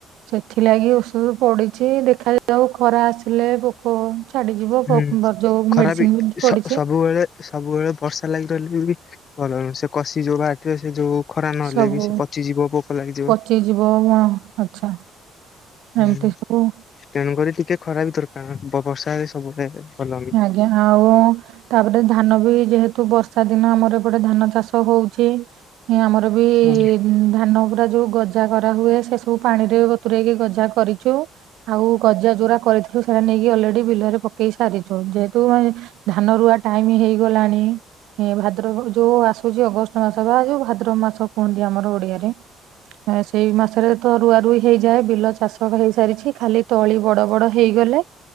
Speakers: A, on the right; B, on the left.
A: ସେଥିଲାଗି ଓଷଧ ପଡ଼ିଚି ଦେଖାଯାଉ ଖରା ଆସିଲେ ପୋକ ହୋଉ ଛାଡ଼ିଯିବ
B: ହୁଁ
A: ପୋକ୍ ଗ ଯୋଉ
B: ଖରା
A: ମେଡ଼ିସିନ୍ ବି
B: ସ
A: ପଡ଼ିଚି।
B: ସବୁବେଳେ ସବୁବେଳେ ବର୍ଷା ଲାଗି ରହିଲେ ବି ଭଲ ନୁହଁ ସେ କଷି ଯୋଉ ବାହାରିଥିବେ ସେ ଯୋଉ ଖରା ନହେଲେ
A: ସବୁ
B: ବି ସେ ପଚିଯିବ ପୋକ ଲାଗିଯିବ
A: ପଚିଯିବ ଅଁ ଗଛ।
B: ହୁଁ
A: ଏମତି ସବୁ।
B: ତେଣୁକରି ଟିକେ ଖରା ବି ଦରକାର ବ ବର୍ଷା ହେଲେ ସବୁ ଟାଇମ୍ ରେ ଭଲ ନୁହଁ।
A: ଏଁ ଆଉ ତାପରେ ଧାନ ବି ଯେହେତୁ ବର୍ଷା ଦିନ ଆମର ଏପଟେ ଧାନ ଚାଷ ହୋଉଚି। ଏଁ ଆମର ବି
B: ନୁହଁ
A: ଉଁ ଧାନ ପୁରା ଯୋଉ ଗଜା କରାହୁଏ ସେ ସବୁ ପାଣିରେ ବତୁରେଇକି ଗଜା କରିଚୁ। ଆଉ ଗଜା ଯୋଉରା କରିଥିଲୁ ସେରା ନେଇକି ଅଲ୍ରେଡି଼ ବିଲରେ ପକେଇ ସା ସାରିଚୁ ଯେହେତୁ ଧାନ ରୁଆ ଟାଇମ୍ ହେଇଗଲାଣି ଭାଦ୍ରବ ଯୋଉ ଆଶ ହୋଉଚି ଅଗଷ୍ଟ ମାସ ବା ଯୋଉ ଭାଦ୍ରବ ମାସ କୁହନ୍ତି ଆମର ଓଡ଼ିଆରେ। ଏ ସେଇ ମାସରେ ତ ରୁଆ ରୁଇ ହେଇଯାଏ ବିଲ ଚାଷ ହେଇସାରିଛି ଖାଲି ତଳି ବଡ଼ ବଡ଼ ହେଇଗଲେ